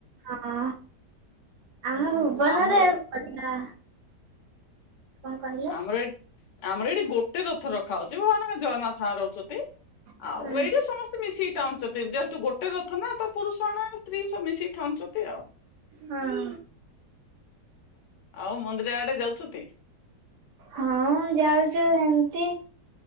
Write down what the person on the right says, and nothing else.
ହଁ ଆମ ଭୁବନରେ
ବଢିଆ କଣ କହିଲେ?
ହଁ
ହଁ।
ହଁ ଯାଉଛୁ ଏମତି